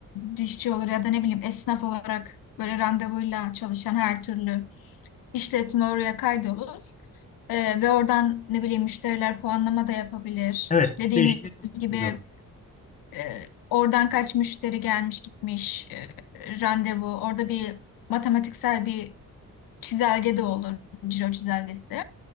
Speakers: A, on the left (about 80°); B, on the left (about 20°).
A: dişçi olur ya da ne bileyim esnaf olarak böyle randevuyla çalışan her türlü işletme oraya kaydolur. Ee, ve oradan ne bileyim müşteriler puanlama da yapabilir.
B: Evet,
A: Dediğiniz
B: müşteri için de çok
A: gibi
B: güzel olur.
A: e, oradan kaç müşteri gelmiş gitmiş e, randevu. Orada bir matematiksel bir çizelge de olur. Ciro çizelgesi.